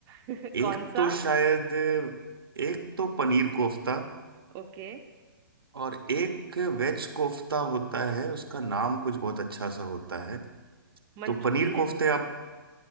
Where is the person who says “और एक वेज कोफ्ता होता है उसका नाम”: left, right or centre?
Right